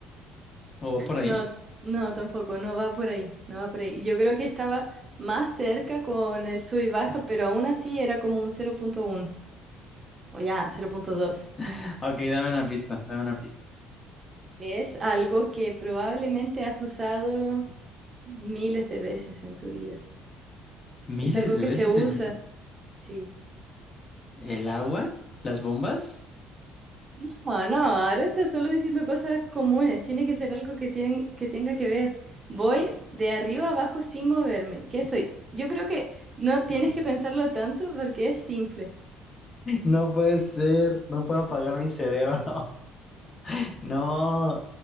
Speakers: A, on the left; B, on the right.
A: ¿O va por ahí?
B: No, no, tampoco, no va por ahí, no va por ahí. Yo creo que estaba más cerca con el sub y baja, pero aún así era como un cero punto uno o ya, cero punto dos
A: <laughs> Ok, dame una pista, dame una pista.
B: Es algo que probablemente has usado miles de veces en tu vida.
A: Miles
B: Es algo
A: de
B: que
A: veces
B: se usa,
A: en un día.
B: sí.
A: ¿El agua? ¿Las bombas?
B: No, no, ahora estás solo diciendo cosas comunes. Tiene que ser algo que, tien- que tenga que ver. Voy de arriba abajo sin moverme. ¿Qué soy? Yo creo que no tienes que pensarlo tanto porque es simple.
A: <laughs> No puede ser, no puedo apagar mi cerebro. <laughs> No,